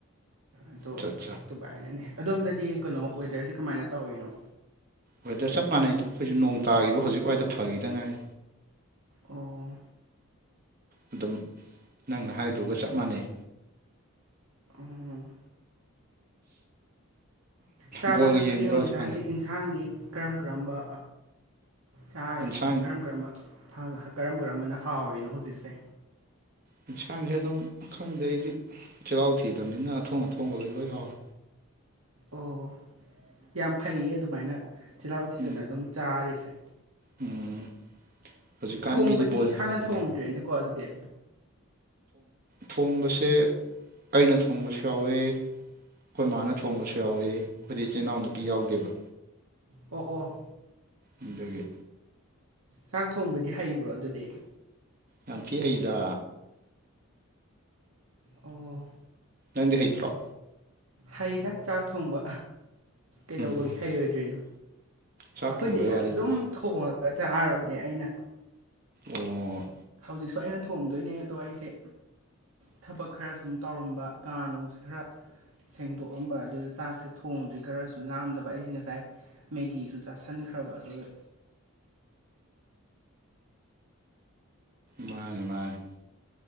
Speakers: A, on the right; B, on the right.
A: ꯑꯗꯣ
B: ꯆꯠ ꯆꯥ
A: ꯑꯗꯨꯃꯥꯏꯅꯅꯦ ꯑꯗꯣꯝꯗꯗꯤ ꯀꯩꯅꯣ ꯋꯦꯗꯔꯁꯦ ꯀꯃꯥꯏꯅ ꯇꯧꯔꯤꯅꯣ
B: ꯋꯦꯗꯔ ꯆꯞ ꯃꯥꯟꯅꯩꯗꯣ ꯑꯩꯈꯣꯏꯁꯨ ꯅꯣꯡ ꯇꯥꯈꯤꯕ ꯍꯧꯖꯤꯛꯋꯥꯏꯗ ꯐꯈꯤꯗ ꯉꯥꯏ
A: ꯑꯣ
B: ꯑꯗꯨꯝ ꯅꯪꯅ ꯍꯥꯏꯗꯨꯒ ꯆꯞ ꯃꯥꯟꯅꯩ
A: ꯎꯝ ꯆꯥꯕ
B: ꯕꯣꯜꯒ
A: ꯊꯛꯄꯗꯤ
B: ꯌꯦꯡꯕ꯭ꯔꯣ
A: ꯍꯧꯖꯤꯛꯀꯥꯟꯁꯤꯟ
B: ꯍꯧꯖꯤꯛꯀꯥꯟꯗꯤ
A: ꯌꯦꯟꯁꯥꯡꯗꯤ ꯀꯔꯝ ꯀꯔꯝꯕꯥ ꯀꯔꯝ
B: ꯏꯟꯁꯥꯡ
A: ꯀꯔꯝꯕ ꯀꯔꯝ ꯀꯔꯝꯕꯅ ꯍꯥꯎꯔꯤꯅꯣ ꯍꯧꯖꯤꯛꯁꯦ
B: ꯌꯦꯟꯁꯥꯡꯁꯦ ꯑꯗꯨꯝ ꯈꯪꯗꯩ ꯑꯩꯗꯤ ꯆꯩꯔꯥꯎ ꯊꯤꯗꯕꯅꯤꯅ ꯑꯊꯣꯡ ꯑꯊꯣꯡꯕ ꯂꯣꯏ ꯂꯣꯏ ꯍꯥꯎꯋꯦ
A: ꯑꯣ ꯌꯥꯝ ꯐꯩꯌꯦ ꯑꯗꯨꯃꯥꯏꯅ ꯇꯤꯜꯍꯥꯎ ꯎꯊꯤꯗꯅ
B: ꯎꯝ
A: ꯑꯗꯨꯝ ꯆꯥꯔꯤꯁꯦ
B: ꯎꯝ ꯍꯧꯖꯤꯛꯀꯥꯟ
A: ꯊꯣꯡꯕꯗꯤ
B: ꯃꯤꯗꯤ ꯕꯣꯜ
A: ꯏꯁꯥꯅ
B: ꯌꯥꯝ ꯌꯦꯡꯅꯩ
A: ꯊꯣꯡꯗ꯭ꯔꯦꯅꯦꯀꯣ ꯑꯗꯨꯗꯤ
B: ꯊꯣꯡꯕꯁꯦ ꯑꯩꯅ ꯊꯣꯡꯕꯁꯨ ꯌꯥꯎꯋꯦ ꯑꯩꯈꯣꯏ ꯃꯥꯅ ꯊꯣꯡꯕꯁꯨ ꯌꯥꯎꯋ ꯑꯩꯈꯣꯏꯗꯤ ꯏꯆꯤꯜ ꯏꯅꯥꯎ ꯅꯨꯄꯤ ꯌꯥꯎꯗꯦꯕ
A: ꯑꯣ ꯑꯣ
B: ꯑꯗꯨꯗꯒꯤ
A: ꯆꯥꯛ ꯊꯣꯡꯕꯗꯤ ꯍꯩꯕ꯭ꯔꯣ ꯑꯗꯨꯗꯤ
B: ꯌꯥꯝ ꯊꯤꯛ ꯍꯩꯗ
A: ꯑꯣ
B: ꯅꯪꯗꯤ ꯍꯩꯇ꯭ꯔꯣ
A: ꯍꯩꯗ ꯆꯥꯛ ꯊꯣꯡꯕ ꯀꯩꯗꯧꯕꯒꯤ
B: ꯎꯝ
A: ꯍꯩꯔꯣꯏꯗ꯭ꯔꯤꯅꯣ
B: ꯆꯥꯛ
A: ꯑꯩꯈꯣꯏꯗꯤ
B: ꯊꯣꯡꯕꯩ ꯋꯥꯔꯤꯗ
A: ꯑꯗꯨꯝ
B: ꯃꯥ
A: ꯊꯣꯡꯉꯒ ꯆꯥꯔꯕꯅꯦ ꯑꯩꯅ
B: ꯑꯣ
A: ꯍꯧꯖꯤꯛꯁꯨ ꯑꯩꯅ ꯊꯣꯡꯗꯣꯏꯅꯦ ꯑꯗꯣ ꯑꯩꯁꯦ ꯊꯕꯛ ꯈꯔ ꯁꯨꯝ ꯇꯧꯔꯝꯕ ꯀꯥ ꯅꯅꯨꯡꯁꯦ ꯈꯔ ꯁꯦꯡꯗꯣꯛꯑꯝꯕ ꯑꯗꯨꯗ ꯆꯥꯛꯁꯦ ꯊꯣꯡꯗ꯭ꯔꯤ ꯈꯔꯁꯨ ꯂꯥꯝꯗꯕ ꯑꯩꯁꯦ ꯉꯁꯥꯏ ꯃꯦꯒꯤꯁꯨ ꯆꯥꯁꯟꯈ꯭ꯔꯕ ꯑꯗꯨꯒ
B: ꯃꯥꯅꯦ ꯃꯥꯅꯦ